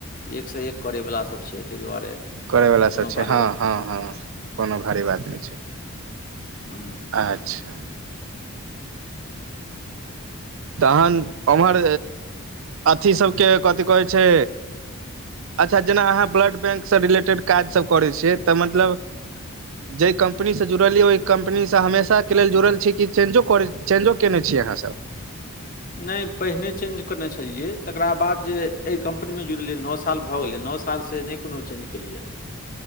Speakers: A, on the left; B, on the right.
A: एकसँ एक करैवला सभ छै ताहि दुआरे
B: करयवला
A: कोनो
B: सब छै,
A: भारी
B: हँ, हँ हँ कोनो भारी बात नहि छै,
A: हूँ
B: अच्छा तहन ओम्हर, अथी सबके कथी कहैत छै अच्छा जेना अहाँ ब्लड बैंकसँ रिलेटेड काज सभ करै छियै तऽ मतलब
A: <inaudible>
B: जै कम्पनीसँ जुड़लियै ओहि कम्पनीसँ हमेशाके लेल जुड़ल छियै कि चेंजो, चेंजो कयने छी अहाँ सभ?
A: नहि पहिने चेंज करने छलियै, तकरा बाद जे एहि कम्पनीमे जुड़लियै नओ साल भए गेलै, नओ साल सालसे नहि कोनो चेंज केलियैहेॅं।